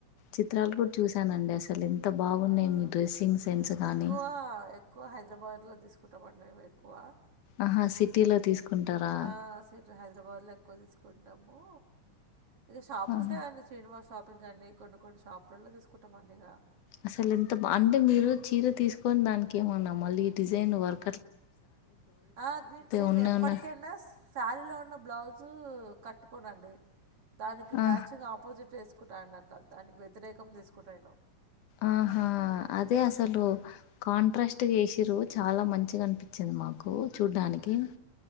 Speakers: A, on the left (about 80°); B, on the right (about 50°).
A: చిత్రాలు కూడా చూసానండి అసలు త బాగున్నాయి
B: ఆ,
A: మీ డ్రెస్సింగ్ సెన్స్
B: మే-
A: కానీ
B: ఎక్కువ ఎక్కువ హైదరాబాద్లో తీసుకుంటామండి మేము ఎక్కువ
A: ఆహా సిటీలో తీసుకుంటారా?
B: ఆ సిట్ హైదరాబాద్ లో ఎక్కువ తీసుకుంటాము ఇక షాప్స్
A: ఆహా!
B: ఉంటాయిండి శ్రీనివాస్ షాపింగ్ కాని కొన్ని కొన్ని షాపులో తీసుకుంటామండి ఇక
A: అసలు ఎంత బ అంటే మీరు చీర తీసుకొని దానికి ఏమన్నా మళ్ళీ డిజైన్ వర్
B: ఆ నేను
A: ఉన్నయి
B: ఎప్పటికైనా
A: ఉన్న
B: శారీలో ఉన్న బ్లౌజు కట్టుకోనండి దానికి
A: ఆ!
B: మ్యాచింగ్ ఆపోజిట్ వేసుకుంటాండి అట్లా దానికి వ్యతిరేకం తీసుకుంటా నేను
A: ఆహా అదే అసలు కాంట్రాక్ట్ ఎసిరు చాలా మంచిగా అనిపి చింది మాకు చూడ్డానికి